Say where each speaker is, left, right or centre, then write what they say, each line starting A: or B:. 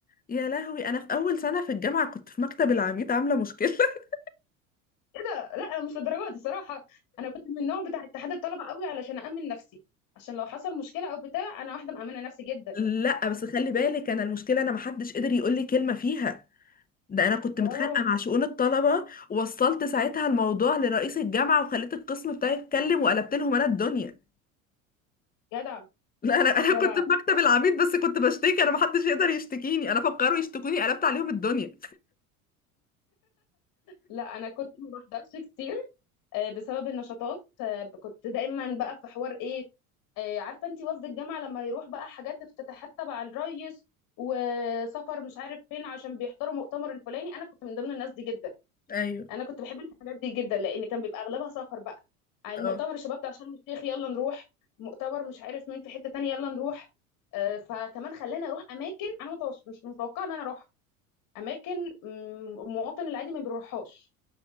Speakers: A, on the left; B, on the left.
A: يا لهوي انا في اول سنه في الجامعه كنت في مكتب العميد عامله مشكله <laughs>
B: ايه ده لا انا مش للدرجه دي صراحه انا كنت من النوع بتاع اتحاد الطلبه قوي علشان امن نفسي عشان لو حصل مشكله او بتاع انا واحده مامنه نفسي جدا
A: لا بس خلي بالك انا المشكله انا ما حدش قدر يقول لي كلمه فيها ده انا كنت متخانقه
B: اه
A: مع شؤون الطلبه ووصلت ساعتها الموضوع لرئيس الجامعه وخليت القسم بتاعي يتكلم وقلبت لهم انا الدنيا
B: جدع
A: <laughs> لا انا انا
B: جدع
A: كنت في مكتب العميد بس كنت بشتكي انا ما حدش يقدر يشتكيني انا فكروا يشتكوني قلبت عليهم الدنيا
B: لا انا كنت ما بحضرش كتير آه، بسبب النشاطات آه، كنت دايما بقى في حوار ايه آه، عارفه انت وفد الجامعه لما يروح بقى حاجات افتتاحات تبع الريس وسفر مش عارف فين عشان بيحضروا مؤتمر الفلاني انا كنت من ضمن الناس دي جدا
A: ايوه
B: انا كنت بحب الحاجات دي جدا لان كان بيبقى اغلبها سفر بقى يعني
A: اه
B: المؤتمر الشباب بتاع شرم الشيخ يلا نروح مؤتمر مش عارف مين في حتة تانية يلا نروح آه، فكمان خلاني اروح اماكن انا متوص... مش متوقعه ان انا اروح اماكن مم، المواطن العادي ما بيروحهاش